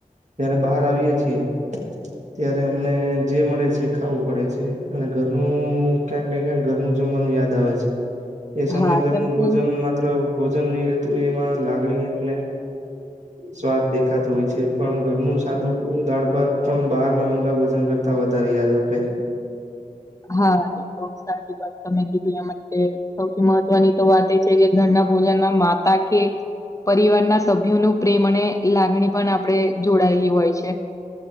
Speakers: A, on the right; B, on the left.
A: <unintelligible> બહાર આવીએ છીએ ત્યારે અમને જે મળે છે ખાવું પડે છે અને ઘરનું ક્યાંક ને ક્યાંક ઘરનું જમવાનું યાદ આવે છે એ સમયે
B: હા
A: ઘરનું
B: કેમ કે
A: ભોજન મા ત્ર ભોજન નહી રહેેતું એમાં લાગણી અને સ્વાદ દેખાતો હોય છે પણ ઘરનું સાદુ દાળ ભાત પણ બહાર ના મોંગા ભજન કરતા વધારે યાદ આપે છે
B: હા એ તો સાચી વાત તમે કીધું એ માટે સૌથી મહત્વની તો વાત એ છે કે ઘરના ભોજનમાં માતા કે પરિવારના સભ્યો નું પ્રેમ અને લાગણી પણ આપણે જોડાયેલી હોય છે.